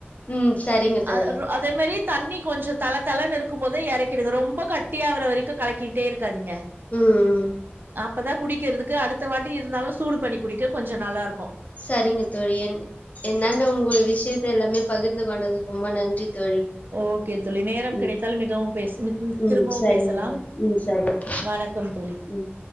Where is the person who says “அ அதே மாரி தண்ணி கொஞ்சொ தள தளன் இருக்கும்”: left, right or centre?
Right